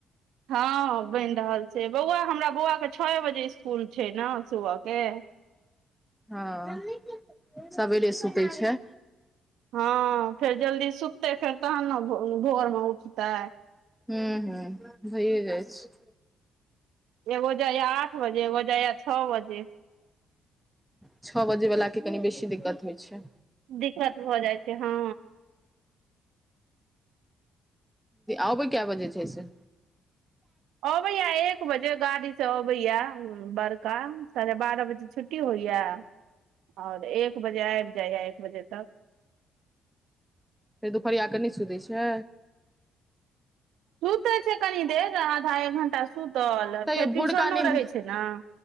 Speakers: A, on the right; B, in the centre.
A: हँ बैन रहल छै बौआ हमरा बौआ के छए बजे इसकुल छै ने सुबह के
B: हँ सबेरे सुतै छै।
A: हँ फेर जल्दी सुखतै फेर तहन न भो भोर मे उठतै
B: हू हू भइए जाइ छै
A: एगो जाइया आठ बजे एगो जाइया छ बजे
B: छौ बजे वला के कनी बेसी दिक्कत होइ छै।
A: दिक्कत भऽ जाइ छै हँ
B: आबै क्य बजे छैऐे से
A: अबैये एक बजे गाड़ी से अबैये बड़का साढ़े बारह बजे छुट्टी होइया आओर एक बजे ऐबि जाइया एक बजे तक
B: फेर दुपहरिया के नहि सुतै छै
A: सुतै छै कनि देर आधा एक घंटा सुतल
B: तैयो
A: फेर
B: भोरका
A: ट्यूशनो
B: नींद
A: रहै छै ने